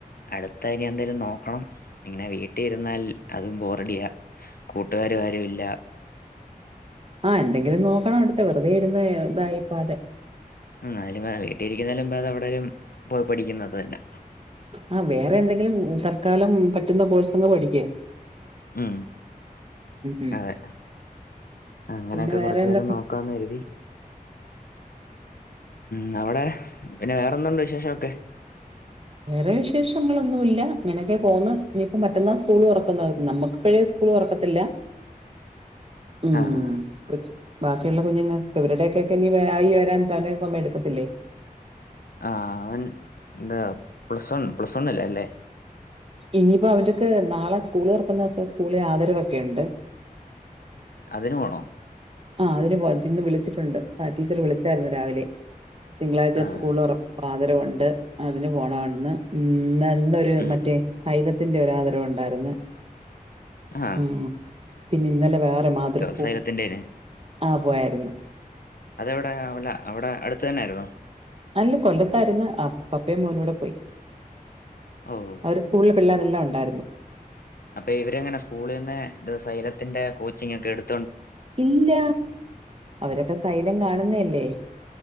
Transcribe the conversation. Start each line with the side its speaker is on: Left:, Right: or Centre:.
Left: അടു ത്തെ ഇനി എന്തേലും നോക്കണം ഇങ്ങനെ വീട്ടിൽ ഇരുന്നാൽ അതും ബോർ വയ്യ. കൂട്ടുകാര് ആരു ഇല്ല.
Right: ആഹ് എന്തെങ്കിലും നോക്കണം അവിടുത്തെ വെറുതെ ഇരുന്ന് ഇതായിപ്പോവാതെ.
Left: ഉം അതിലും ഭേദം വീട്ടിലിരിക്കുന്നതിലും ഭേദം അത് എവിടൊലും പോയി പഠിക്കുന്ന അത് തന്നെ.
Right: ആഹ് വേറെ എന്തെങ്കിലും തത്ക്കാലം പറ്റുന്ന കോഴ്സ് പഠിക്ക
Left: മ്
Right: ഉം.
Left: അതെ അങ്ങനെയൊക്കെ
Right: പിന്നെ വേറെ
Left: കുറച്ചു
Right: എന്താ
Left: നേരം നോക്കാന്ന് കരുതി. മ് അവിടെ പിന്നെ വേറെ എന്തോ ഉണ്ട് വിശേഷം ഒക്കെ
Right: വേറെ വിശേഷങ്ങളൊന്നും ഇല്ല ഇങ്ങനെയൊക്കെ പോന്ന് ഇനിയിപ്പോ മറ്റന്നാ സ്കൂൾ തുറക്കുന്നു നമ്മുക്ക്പ്പഴേ സ്കൂൾ തുറക്കത്തില്ല. മ്
Left: ആഹ്
Right: കൊച്ചു. ബാക്കിയുള്ള കുഞ്ഞുങ്ങൾക്ക് ഇവരുടെയൊക്കെ ഇനി ആയി വരാൻ തന്നെ സമയം എടുക്കത്തില്ലേ.
Left: ആഹ് അവൻ എന്താ പ്ലസ് വൺ പ്ലസ് വണ്ണിൽ അല്ലേ.
Right: ഇനിയിപ്പോ അവന്റെ അടുത്ത് നാളെ സ്കൂള് തുറക്കുന്ന ദിവസം സ്കൂളിൽ ആദരവൊക്കെയുണ്ട്.
Left: അതിനു പോണോ
Right: ആ അതിന് പോം ഇന്ന് വിളിച്ചിട്ടൊണ്ട് സാലി ടീച്ചറ് വിളിച്ചാരുന്നു രാവിലെ തിങ്കളാഴ്ച
Left: ആഹ്
Right: സ്കൂള് തൊറപ്പ് ആദരവ്‌ ഒണ്ട് അതിന് പോണെന്ന് ഇ ന്നൊരു
Left: ഉം
Right: മറ്റേ സൈ ത്തിന്റെ ഒരു ആദരവ് ഒണ്ടാരുന്ന്
Left: ആഹ്
Right: ആഹ്‌ പിന്നെ ഇന്നലെ വേറെ മാതൃം
Left: സൈലത്തിൻറ്റെന്ന്
Right: ആ പോയാരുന്നു
Left: അതെവിടാ അവല അവിടെ അടുത്തന്നരുന്നോ
Right: അല്ല കൊല്ലത്തായിരുന്ന് പപ്പേം മോനൂടെ പോയി
Left: ഓഹ്
Right: അവര് സ്കൂളില് പിള്ളേ എല്ലാം ഒണ്ടാരുന്നു
Left: അപ്പൊ ഇവരെങ്ങനെ സ്കൂളിന്നെ സൈലത്തിന്റെ കോച്ചിങ് ഒക്കെ എടുക്ക
Right: ഇല്ല അവരൊക്കെ സൈലം കാണുന്നയല്ലേ